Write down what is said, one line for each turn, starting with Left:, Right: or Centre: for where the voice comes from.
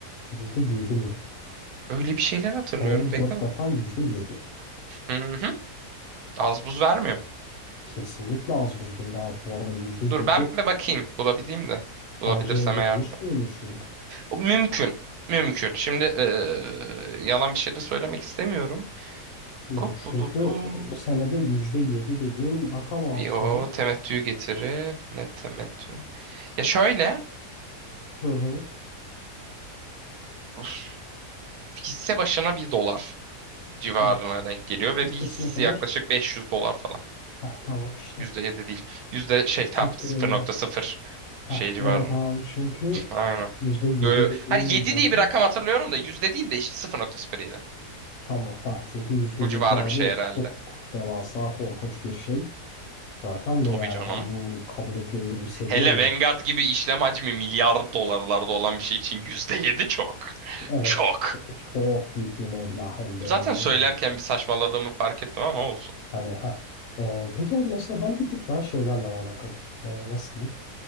Left: Yüzde yedi mi?
Right: Öyle bir şeyler hatırlıyorum.
Left: Senede
Right: Bekle
Left: 4
Right: bak.
Left: defa %7.
Right: Hı hı. Az buz vermiyor.
Left: Kesinlikle az buz değil abi. Bu arada yüzde yedi
Right: Dur ben bir bakayım bulabileyim de. Bulabilirsem
Left: bence yanlış
Right: eğer.
Left: söylüyorsundur.
Right: O mümkün. Mümkün. Şimdi ee, yalan bir şey de söylemek istemiyorum.
Left: Ya
Right: Tut
Left: çünkü
Right: tut tut.
Left: senede %7 dediğin rakam abi
Right: Yo
Left: senin.
Right: temettü getiri. Net temettü. Ya şöyle
Left: Hı hı.
Right: uf, hisse başına bir dolar civarına
Left: Ya,
Right: denk geliyor ve
Left: listesine
Right: bir hissesi
Left: kadar.
Right: yaklaşık 500 dolar falan.
Left: Heh, tamam işte.
Right: yüzde yedi değil. Yüzde şey tam
Left: Teşekkür
Right: 0.0
Left: ederim. Heh,
Right: şey civarında.
Left: evet abi çünkü
Right: Aynen.
Left: yüzde yedi
Right: Yo, yo.
Left: dediğin
Right: Hani 7
Left: rakam.
Right: diye bir rakam hatırlıyorum da yüzde değil de işte 0.07.
Left: Tamam. Ha, çünkü yüzde
Right: O
Left: yedi
Right: civarı
Left: abi
Right: bir şey herhalde.
Left: çok devasa korkunç bir şey. Rakam
Right: Tabii
Left: ve yani
Right: canım.
Left: hani bu kabul edilebilir bir seviye
Right: Hele
Left: değil.
Right: Vanguard gibi işlem hacmi milyar dolarlarda olan bir şey için %7 çok.
Left: Evet.
Right: Çok.
Left: Çok büyük bir meblağ hem de
Right: Zaten
Left: öyle
Right: söylerken
Left: böyle. bir-
Right: bir saçmaladığımı fark ettim ama olsun.
Left: Hani ha. Ee, peki abi mesela ben bir tık daha şeylerle alakalıyım. Ee, nasıl diyeyim?